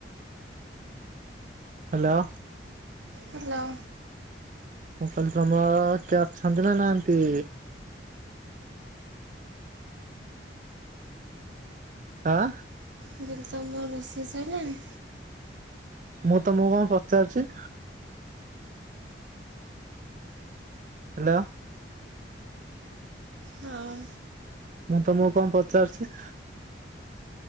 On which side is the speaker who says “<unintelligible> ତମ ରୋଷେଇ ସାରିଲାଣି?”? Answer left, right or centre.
Right